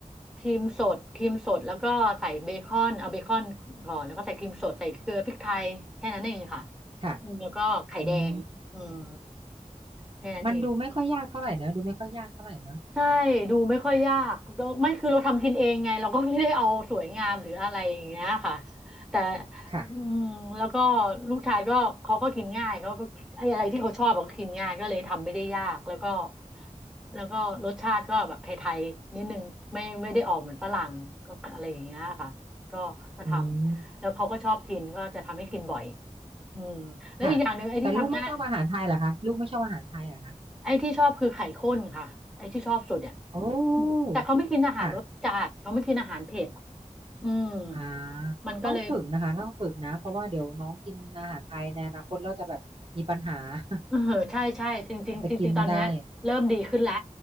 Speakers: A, in the centre; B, on the right.
A: ครีมสดครีมสดแล้วก็ใส่เบคอนเอาเบคอนก่อนแล้วก็ใส่ครีมสดใส่เกลือพริกไทยแค่นั้นเองค่ะ
B: ค่ะ
A: อืมแล้วก็ไข่แดงอืม
B: อืม
A: แค่นั้นเอง
B: มันดูไม่ค่อยยากเท่าไหร่เนอะดูไม่ค่อยยากเท่าไหร่เนอะ
A: ใช่ดูไม่ค่อยยากแล้วไม่คือเราทำกินเองไงเราก็ไม่ได้เอาสวยงามหรืออะไรอย่างเงี้ยค่ะแต่
B: ค่ะ
A: อืมแล้วก็ลูกชายก็เขาก็กินง่ายเขาก็ไอ้อะไรที่เขาชอบเขาก็กินง่ายก็เลยทำไม่ได้ยากแล้วก็แล้วก็รสชาติก็แบบไทยๆนิดนึงไม่ไม่ได้ออกเหมือนฝรั่งก็อะไรอย่างเงี้ยค่ะก็ก็ทำแล้วเขาก็ชอบกินก็จะทำให้กินบ่อย
B: อืม
A: อืมแล้วอีกอย่างหนึ่งไอ้ที่ทำง่าย
B: ค่ะแต่ลูกไม่ชอบอาหารไทยเหรอคะลูกไม่ชอบอาหารไทยเหรอคะ
A: ไอ้ที่ชอบคือไข่ข้นค่ะไอ้ที่ชอบสุดเนี่ย
B: โอ้
A: แต่เขาไม่กินอาหารรสจัดเขาไม่กินอาหารเผ็ด
B: ค่ะ
A: อืม
B: อ่า
A: มันก็เลย
B: ต้องฝึกนะคะต้องฝึกนะเพราะว่าเดี๋ยวน้องกินอาหารไทยในอนาคตเราจะแบบมีปัญหา <laughs>
A: เออใช่ใช่จริงจริงจริงๆตอนเนี้ยเริ่มดีขึ้นแล้ว
B: อาจจะกินไม่ได้